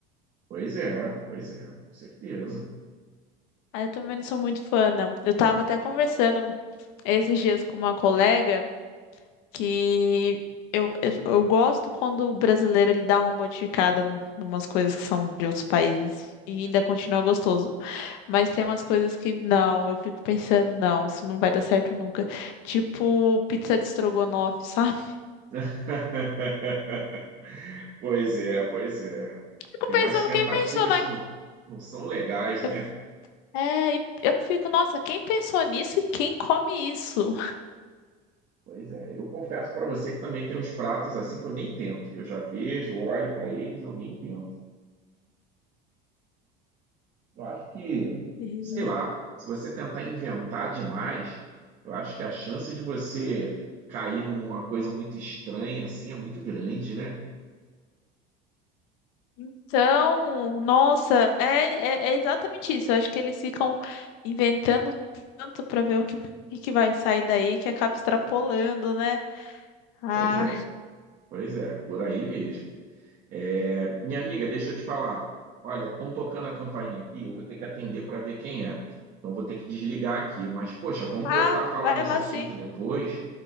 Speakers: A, on the right (about 35°); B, on the left (about 70°).
A: Pois é, pois é, com certeza.
B: Aí eu também não sou muito fã, não. Eu tava até conversando esses dias com uma colega que eu, eu, eu gosto quando o brasileiro ele dá uma modificada em umas coisas que são de outros países e ainda continua gostoso. Mas tem umas coisas que não, eu fico pensando, não, isso não vai dar certo nunca. Tipo pizza de estrogonofe, sabe?
A: <laughs> Pois é, pois é.
B: fico
A: Tem
B: pensando,
A: umas tentativas
B: quem pensou na.
A: que não, não são legais,
B: Eu,
A: né?
B: é, e eu fico, nossa, quem pensou nisso e quem come isso?
A: Pois é, eu confesso para você que também tem uns pratos assim que eu nem tento, que eu já vejo, olho para eles, eu nem tento. Eu acho que,
B: E-
A: sei lá, se você tentar inventar demais, eu acho que a chance de você cair numa coisa muito estranha assim é muito grande, né?
B: Então, nossa, é, é, é exatamente isso. Eu acho que eles ficam inventando tanto para ver o que, o que que vai sair daí que acaba extrapolando, né? Ah,
A: Pois é, pois é, por aí mesmo. É, minha amiga, deixa eu te falar. Olha, estão tocando a campainha aqui, eu vou ter que atender para ver quem é. Então vou ter que desligar aqui. Mas, poxa, vamos
B: ah,
A: voltar a falar
B: vai
A: desse
B: lá
A: assunto
B: sim.
A: depois,